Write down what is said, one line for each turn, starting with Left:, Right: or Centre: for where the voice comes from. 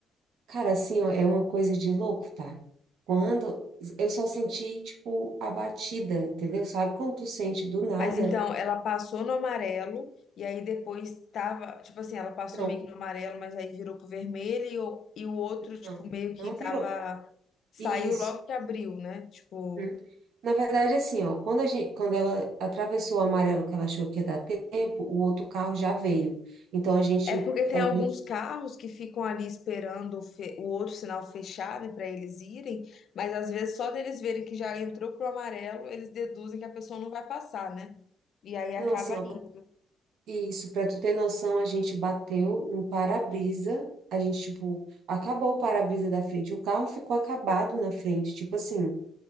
Right: Cara, assim, ó, é uma coisa de louco, tá? Quando eu só senti, tipo, a batida, entendeu? Sabe quando tu sente do nada?
Left: Mas então, ela passou no amarelo e aí depois tava, tipo assim, ela passou
Right: Não,
Left: meio que no amarelo, mas aí virou pro vermelho e o, e o outro, tipo,
Right: não,
Left: meio que
Right: não
Left: tava,
Right: virou.
Left: saiu
Right: Isso.
Left: logo que abriu, né? Tipo,
Right: Hum. Na verdade, assim, ó, quando a gente, quando ela atravessou o amarelo que ela achou que ia dar tempo, o outro carro já veio. Então a gente,
Left: é porque tem
Right: a
Left: alguns
Right: gente-
Left: carros que ficam ali esperando o, fe- o outro sinal fechado para eles irem, mas às vezes só deles verem que já entrou pro amarelo, eles deduzem que a pessoa não vai passar, né? E aí acaba,
Right: não, assim, ó,
Left: indo.
Right: pra- isso, para tu ter noção, a gente bateu no para-brisa, a gente, tipo, acabou o para-brisa da frente, o carro ficou acabado na frente, tipo assim,